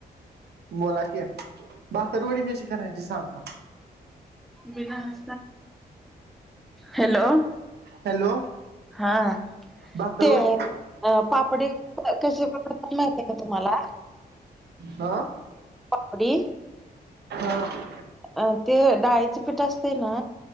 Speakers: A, on the right; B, in the centre.
A: बोला कि बाकरवडी कशी करायची सांग का
B: बिना्य हॅलो
A: हॅलो...
B: हा
A: भाकरवडी
B: ते.... अ पापडी कशी प्रकार माहित आहे का तुम्हाला...
A: हो...
B: पापडी...
A: हो....
B: अ ते डाळीच पीठ असते ना...